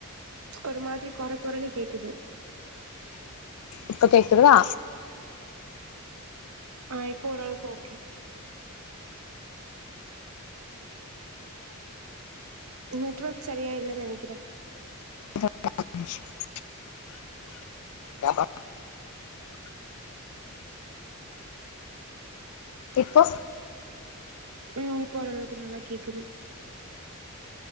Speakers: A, on the right; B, on the left.
A: ஒரு மாரி குற குறன்னு கேக்குது
B: இப்ப கேக்கிர்தா
A: ஆ இப்போ ஒரள்வுக்கு ஓகே நெட்வொர்க் சரியா இல்லன் நெனக்கிறே
B: <inaudible> <unintelligible> இப்போ
A: ம் இப்போ ஓரளவுக்கு நல்லா கேக்குது